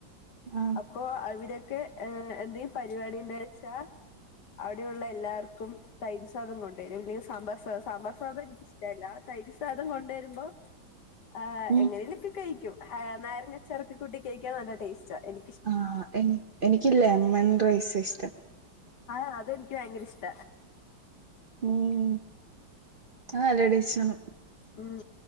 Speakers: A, on the right; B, on the left.
A: ആഹ്
B: അപ്പൊ അവരൊക്കെ എന്തേലും പരിപാടി ഉണ്ട് വെച്ചാ, അവിടെ ഉള്ള എല്ലാവർക്കും. തൈര്സാധം കൊണ്ടുവരും, അല്ലെൽ സാമ്പാർ സാം സാമ്പാർ സാധം എനിക്ക് ഇഷ്ടമല്ല, തൈര് സാധം കൊണ്ടു വരുമ്പോ.. ആഹ്
A: ഉം
B: എങ്ങനേലുവൊക്കെ കഴിക്കും, നാരങ്ങാച്ചാറൊക്കെ കൂട്ടി കഴിക്കാൻ നല്ല ടേസ്റ്റാ എനി
A: ആഹ് എ എനിക്ക ലെമൺ റൈസാ ഇഷ്ടം.
B: ആഹ്, അതെനിക്ക് ഭയങ്കര ഇഷ്ട.
A: ഉം, അത് നല്ല ടേസ്റ്റ് ആണ്
B: ഉം